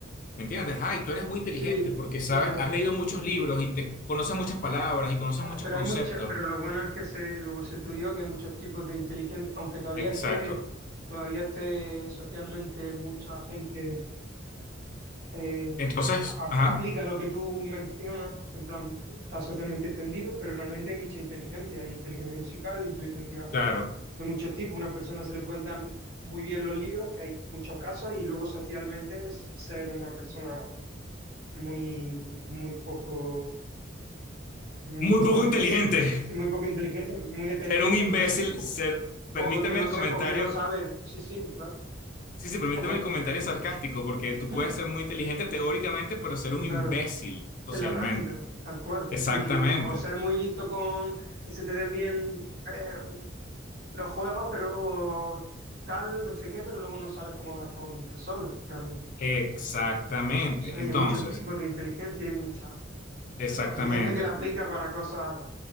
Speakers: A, on the left; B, on the right.
A: ¿Me entiendes? Ay, tú eres muy inteligente
B: sí,
A: porque sabes,
B: claro.
A: has leído muchos
B: y no.
A: libros y te conoces muchas palabras y conoces
B: Ah,
A: muchos
B: Pero
A: conceptos.
B: hay mucha pero lo bueno es que se, luego se estudió que hay muchos tipos de inteligencia, aunque todavía
A: Exacto.
B: esté, todavía esté socialmente mucha gente eh,
A: Entonces,
B: a-
A: ajá,
B: aplica lo que tú mencionas, en plan, está socialmente extendido, pero realmente hay mucha inteligencia, hay inteligencia musical, inteligencia
A: claro.
B: de muchos tipos. Una persona se le pueden dar muy bien los libros, que hay muchos casos, y luego socialmente es ser una persona muy, muy poco... mm,
A: Muy poco
B: depe-
A: inteligente.
B: muy
A: <laughs>
B: poco inteligente, muy dependiente,
A: Ser un imbécil,
B: o que no, o
A: ser,
B: que,
A: permíteme
B: o que no
A: el
B: sé,
A: comentario,
B: o que no saber, sí, sí, claro,
A: sí, sí, permíteme
B: o que,
A: el comentario sarcástico, porque tú
B: <clears throat>
A: puedes ser muy inteligente teóricamente, pero ser un
B: claro,
A: imbécil socialmente.
B: En la práctica, tal cual.
A: Exactamente.
B: Y o ser muy listo con que se te den bien eh, los juegos, pero tal, no sé qué, pero luego no sabes cómo hablar con personas realmente.
A: Exactamente.
B: O sea, hay
A: Entonces,
B: muchos tipos de inteligencia y muchas, muchas
A: exactamente.
B: cosas. Hay gente que la aplica para cosas